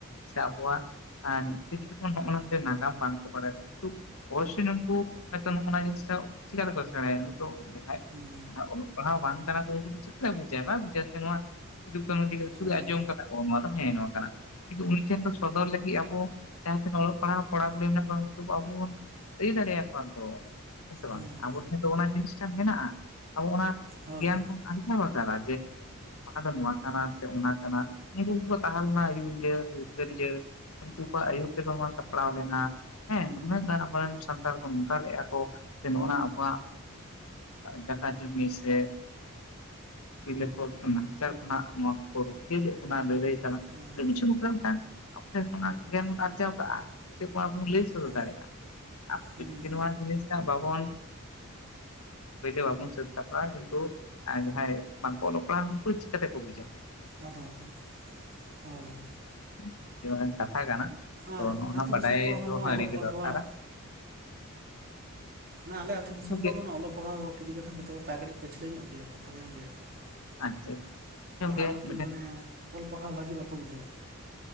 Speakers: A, on the left; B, on the right.
A: ᱥᱮ ᱟᱵᱚᱣᱟᱜᱼᱼ ᱟᱨ ᱠᱪᱷᱩ ᱠᱷᱚᱱ ᱦᱚᱜᱼᱚ ᱱᱟ ᱥᱮ ᱱᱟᱜᱟᱢ ᱵᱟᱝ ᱠᱚ ᱵᱟᱲᱟᱭ ᱠᱚ <inaudible> ᱚᱵᱚᱥᱥᱳᱭ ᱱᱩᱠᱩ ᱱᱚᱜᱚ ᱱᱟ ᱱᱚᱣᱟ ᱡᱤᱱᱤᱥ ᱪᱤᱠᱟᱹ ᱛᱮᱠᱚ ᱥᱮᱬᱟᱭ ᱱᱤᱛᱚᱜ ᱡᱟᱦᱟᱸᱭ
B: ᱦᱩᱸ
A: ᱡᱟᱦᱟᱸ ᱚᱞᱚᱜᱼᱼ ᱯᱟᱲᱦᱟᱣ ᱵᱟᱝ ᱠᱟᱱᱟ ᱩᱱᱠᱩ ᱫᱚ ᱪᱤᱠᱟᱹᱭ ᱵᱩᱡᱟᱹ ᱵᱟᱭ ᱵᱩᱡᱟᱹ ᱥᱮ ᱱᱚᱣᱟ ᱥᱤᱫᱩ ᱠᱟᱹᱱᱩ ᱤᱫᱤ ᱠᱟᱛᱮ
B: ᱦᱳᱭ
A: <unintelligible> ᱟᱸᱡᱚᱢ ᱠᱟᱫᱟ᱾ ᱚ ᱱᱚᱣᱟ ᱫᱚ ᱦᱮᱸ ᱱᱚᱣᱟ ᱠᱟᱱᱟ ᱠᱤᱱᱛᱩ ᱩᱱᱤ ᱴᱷᱮᱱ ᱫᱚ ᱥᱚᱫᱚᱨ ᱞᱟᱹᱜᱤᱫ ᱟᱵᱚᱼᱼ ᱡᱟᱦᱟᱸ ᱛᱤᱱᱟᱹᱜ ᱚᱞᱚᱜ ᱯᱟᱲᱦᱟᱜ ᱠᱚᱲᱟ ᱠᱩᱲᱤ ᱢᱮᱱᱟᱜ ᱠᱚᱣᱟ ᱩᱱᱠᱩ ᱫᱚ ᱵᱟᱵ ᱵᱚᱱ <inaudible> ᱹ ᱫᱟᱲᱮ ᱟᱠᱚᱣᱟ ᱛᱚᱼᱼ ᱦᱮᱸ ᱥᱮ ᱵᱟᱝ
B: ᱦᱩᱸ
A: ᱟᱵᱚ ᱴᱷᱮᱱ ᱫᱚ ᱚᱱᱟ ᱡᱤᱱᱤᱥᱴᱟ ᱢᱮᱱᱟᱜ-ᱟ ᱟᱵᱚ ᱚᱱᱟ
B: ᱦᱳᱭ
A: ᱜᱮᱭᱟᱱ ᱠᱷᱚᱱ ᱟᱹᱰᱤᱼᱼ ᱧᱟᱢ ᱟᱠᱟᱫᱟ ᱡᱮᱼᱼ ᱱᱚᱣᱟ ᱫᱚ ᱱᱚᱣᱟ ᱠᱟᱱᱟ ᱥᱮ ᱚᱱᱟ ᱠᱟᱱᱟ ᱩᱱᱠᱩ ᱠᱚᱠᱚ ᱛᱟᱦᱮᱸ ᱞᱮᱱᱟ ᱟᱹᱭᱩᱨᱤᱭᱟᱹ ᱥᱮ ᱦᱩᱞᱜᱟᱹᱨᱤᱭᱟᱹ᱾ ᱩᱱᱠᱩ ᱠᱚᱣᱟᱜ ᱟᱭᱩᱨ ᱛᱮ ᱜᱮ ᱱᱚᱣᱟ ᱥᱟᱯᱲᱟᱣ ᱢᱮᱱᱟᱜᱼᱟ᱾ ᱦᱮᱸ ᱱᱩᱱᱟᱹᱜ ᱜᱟᱱ ᱟᱵᱚᱨᱮᱱ ᱥᱟᱱᱛᱟᱲ ᱠᱚ ᱱᱚᱝᱠᱟ ᱞᱮᱜ-ᱟ ᱠᱚᱼᱼ ᱱᱚᱜᱚᱱᱟ ᱟᱵᱚᱣᱟᱜ ᱡᱟᱠᱟ ᱡᱚᱢᱤ ᱥᱮ <inaudible> ᱛᱤᱨᱞᱟᱹ ᱠᱚ ᱱᱟᱦᱟᱪᱟᱨ ᱠᱷᱚᱱᱟᱜ ᱱᱚᱣᱟ ᱠᱚ ᱨᱩᱠᱷᱤᱭᱟᱹ ᱞᱮᱫ ᱵᱚᱱᱟ ᱞᱟᱹᱲᱦᱟᱹᱭ ᱛᱟᱞᱟ᱾
B: ᱦᱩᱸ
A: ᱟᱰᱤ ᱠᱤᱪᱷᱩ ᱠᱟᱨᱚᱱ ᱛᱟᱦᱮᱱ ᱠᱟᱱᱟ ᱟᱯᱮ ᱠᱷᱱᱟᱜ ᱜᱮᱭᱟᱱ ᱵᱚᱱ ᱟᱨᱡᱟᱣ ᱠᱟᱜ-ᱟ ᱵᱚᱱ ᱞᱟᱹᱭ᱾ <inaudible>
B: ᱦᱩᱸ
A: ᱩᱛᱟᱨ ᱟᱵᱚ
B: ᱦᱩᱸ
A: ᱠᱚ ᱡᱩᱫᱤ ᱱᱚᱣᱟ ᱡᱤᱱᱤᱥᱼᱼ ᱵᱟᱵᱚᱱ ᱯᱳᱭᱞᱳ ᱵᱟᱵᱚᱱ ᱥᱟᱹᱛ ᱥᱟᱯᱷᱟᱜᱟ ᱠᱤᱱᱛᱩ ᱡᱟᱦᱟᱸᱭᱼᱼ ᱵᱟᱝ ᱠᱚ ᱚᱞᱚᱜ ᱵᱩᱡᱟ ᱪᱮᱫ ᱠᱚ ᱵᱩᱡᱟ
B: ᱟᱫᱚ ᱵᱟᱠᱷᱟᱱ ᱦᱳᱭ
A: <inaudible> ᱠᱟᱛᱷᱟ ᱠᱟᱱᱟ ᱛᱚ
B: ᱟᱨ
A: ᱱᱚᱜᱱᱟ
B: ᱟᱹᱛᱩ
A: ᱵᱟᱰᱟᱭ
B: ᱫᱤᱥᱚᱢ ᱠᱚᱨᱮ ᱦᱚᱸ
A: ᱫᱚ
B: ᱱᱚᱣᱟ
A: ᱟᱹᱰᱤ
B: ᱚᱞᱚᱜ
A: ᱜᱮ
B: ᱯᱟᱲᱦᱟᱣᱟᱜ
A: ᱫᱚᱨᱠᱟᱨᱟ᱾
B: ᱚᱱᱟ ᱟᱞᱮ ᱟᱹᱛᱩ ᱫᱤᱥᱚᱢ
A: ᱜᱚᱝᱠᱮ
B: ᱠᱚᱨᱮ ᱫᱚ ᱚᱱᱟ ᱚᱞᱚᱜ ᱯᱟᱲᱦᱟᱣᱼᱼ ᱤᱫᱤ ᱠᱟᱛᱮ ᱦᱚᱸ ᱡᱚᱛᱚ ᱦᱚᱲ ᱛᱟᱠ ᱠᱟᱴᱤᱡ ᱯᱟᱹᱪᱷᱞᱟᱹ ᱧᱚᱜ ᱜᱮᱭᱟ ᱠᱚ ᱛᱟᱭᱚᱢ ᱜᱮᱭᱟ ᱠᱚᱼᱼ
A: ᱟᱪᱪᱷᱟ
B: ᱦᱮᱸ
A: ᱜᱚᱝᱠᱮ
B: ᱯᱟᱲᱦᱟᱜ ᱵᱟᱹᱠᱤ
A: ᱢᱤᱫᱴᱮᱱ
B: ᱢᱟᱱᱮᱼᱼ ᱚᱞ ᱯᱟᱲᱦᱟᱣ ᱵᱷᱟᱜᱤ ᱵᱟᱠᱚ ᱵᱩᱡᱷᱟᱹᱣᱟ